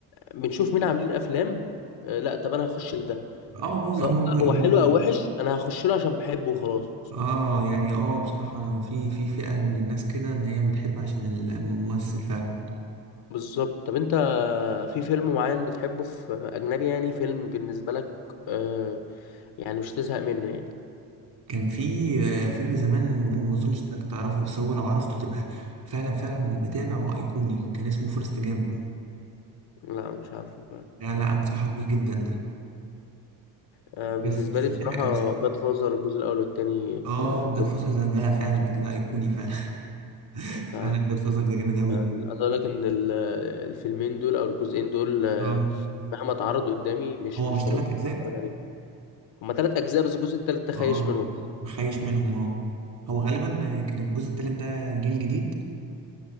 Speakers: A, on the left; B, on the right.
A: بنشوف مين عاملين افلام آه، لا طب انا هخش لده
B: اه هو
A: سواء
B: هو
A: بقى هو
B: هو
A: حلو
B: يعني،
A: او وحش انا هخش له عشان بحبه وخلاص
B: اه يعني اه بصراحة في في فئة من الناس كده ان هي بتحب عشان الممثل فعلا
A: بالظبط طب انت في فيلم معين بتحبه في اجنبي يعني فيلم بالنسبه لك آه يعني مش تزهق منه يعني
B: كان في آه، فيلم زمان م- ما اظنش انك تعرفه بس هو لو عرفته تبقى فعلا فعلا بتابع وايقوني كان اسمه فورست جامب
A: لا مش عارف بقى.
B: لا لا انصحك بيه جدا ده
A: آه بالنسبه
B: بس بس
A: لي
B: في
A: بصراحه
B: حاجة بس
A: جاد فازر الجزء الاول والتاني
B: اه
A: آه توب
B: جاد فازر ده لا فعلا انت كده ايقوني فعلا <laughs>
A: ف
B: فعلا جاد فازر ده جامد اوي
A: يعني عايز اقول لك ان ال- الفيلمين دول او الجزئين دول آه،
B: اه
A: مهما اتعرضوا قدامي مش
B: هو
A: مش
B: مش ثلاث
A: ببطل
B: اجزاء
A: اتفرج عليهم هما تلات اجزاء بس الجزء التالت ده خايش
B: اه
A: منهم
B: مخيش منهم اه هو غالبا كان الجزء التالت ده جيل جديد